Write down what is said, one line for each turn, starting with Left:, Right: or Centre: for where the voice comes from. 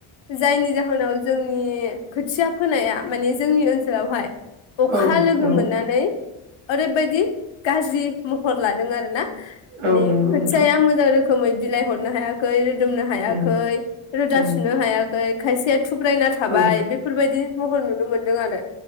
Left: जायनि जाहोनाव जोंनि खोथिया फोनाया माने जोंनि ओनसोलावहाय अखा
Right: औ
Left: लोगो
Right: नंगौ
Left: मोननानै ओरैबायदि गाज्रि महर लादों आरो ना, माने
Right: औ नंगौ
Left: खोथियाया
Right: नोंथां
Left: मोजां रो खोमै बिलाइ हरनो हायाखै रो दोमनो हायाखै
Right: उम
Left: रोदा
Right: उम
Left: सुनो हाया खै खायसेया थुब्रायना थाबाय
Right: औ
Left: बेफोरबायदि महर नुनो मोन्दों आरो।